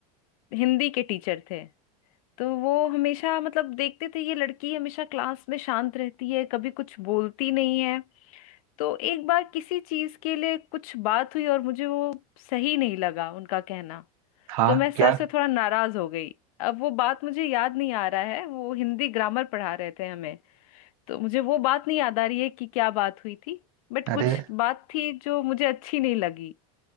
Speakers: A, on the left; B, on the right.
A: हिंदी के टीचर थे तो वो हमेशा मतलब देखते थे ये लड़की हमेशा क्लास में शांत रहती है कभी कुछ बोलती नहीं है तो एक बार किसी चीज के लिए कुछ बात हुई और मुझे वो सही नहीं लगा उनका कहना
B: हाँ
A: तो मैं
B: क्या
A: सर से थोड़ा नाराज हो गई अब वो बात मुझे याद नहीं आ रहा है वो हिंदी ग्रामर पढ़ा रहे थे हमें तो मुझे वो बात नहीं याद आ रही है कि क्या बात हुई थी बट
B: अरे
A: कुछ बात थी जो मुझे अच्छी नहीं लगी